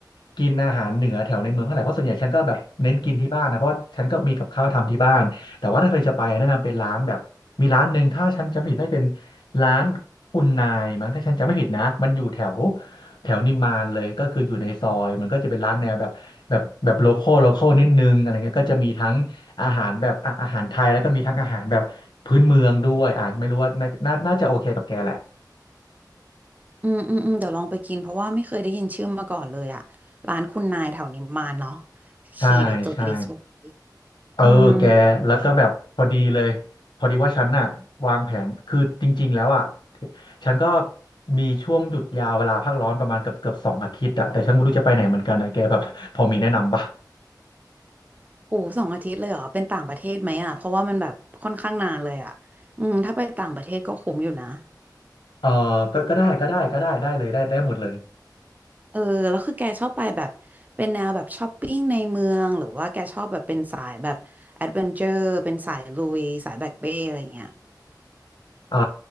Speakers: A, on the left; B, on the right.
A: กินอาหารเหนือแถวในเมืองเท่าไหร่เพราะส่วนใหญ่ฉันก็แบบเน้นกินที่บ้านนะเพราะฉันก็มีกับข้าวทำที่บ้านแต่ว่าถ้าเธอจะไปแนะนำเป็นร้านแบบมีร้านหนึ่งถ้าฉันจำไม่ผิดน่าจะเป็นร้านคุณนายมั้งถ้าฉันจำไม่ผิดนะมันอยู่แถวแถวนิมมานเลยก็คืออยู่ในซอยมันก็จะเป็นร้านแนวแบบแบบแบบโลคอลโลคอลนิดนึงอะไรเงี้ยก็จะมีทั้ง อาหารแบบอ่ะอาหารไทยแล้วก็มีทั้งอาหารแบบพื้นเมืองด้วยอ่ะไม่รู้ว่าน่าน่าน่าจะโอเคกับแกแหละ
B: อืมอืมอืมเดี๋ยวลองไปกินเพราะว่าไม่เคยได้ยินชื่อมาก่อนเลยอะร้านคุณนายแถวนิมมานเนาะโอเคเดี๋ยวจดลิสต์ไว้
A: ใช่ใช่เออแกแล้วก็แบบพอดีเลยพอดีว่าฉันน่ะวางแผนคือจริงๆแล้วอ่ะ
B: อืม
A: ฉันก็มีช่วงหยุดยาวเวลาพักร้อนประมาณเกือบเกือบสองอาทิตย์อ่ะแต่ฉันไม่รู้จะไปไหนเหมือนกันนะแกแบบพอมีแนะนำปะ
B: โหสองอาทิตย์เลยเหรอเป็นต่างประเทศไหมอะเพราะว่ามันแบบค่อนข้างนานเลยอะอืมถ้าไปต่างประเทศก็คุ้มอยู่นะ
A: เออก็ก็ได้ก็ได้ก็ได้ได้เลยได้ได้หมดเลย
B: เออแล้วคือแกชอบไปแบบเป็นแนวแบบช้อปปิ้งในเมืองหรือว่าแกชอบแบบเป็นสายแบบแอดเวนเจอร์เป็นสายลุยสายแบ็คเป้อะไรเงี้ย
A: เอ่อ